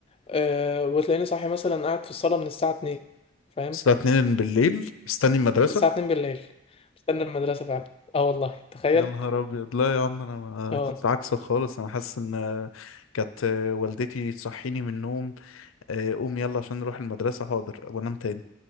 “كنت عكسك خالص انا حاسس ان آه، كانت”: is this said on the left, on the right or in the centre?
Left